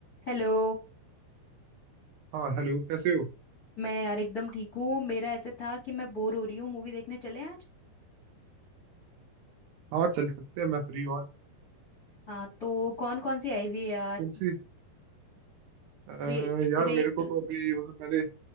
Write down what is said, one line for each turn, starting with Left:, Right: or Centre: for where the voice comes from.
Left: Hello
Right: हाँ हेलो कैसे हो
Left: मैं यार एकदम ठीक हूँ मेरा ऐसे था कि मैं बोर हो रही हूँ मूवी देखने चले आज
Right: हाँ चल सकते हैं मैं फ्री हूँ आज
Left: हाँ तो कौन कौन सी आई हुई है यार
Right: कौन सी अ,
Left: रेट
Right: यार
Left: रेट
Right: मेरे को तो अभी मतलब मैंने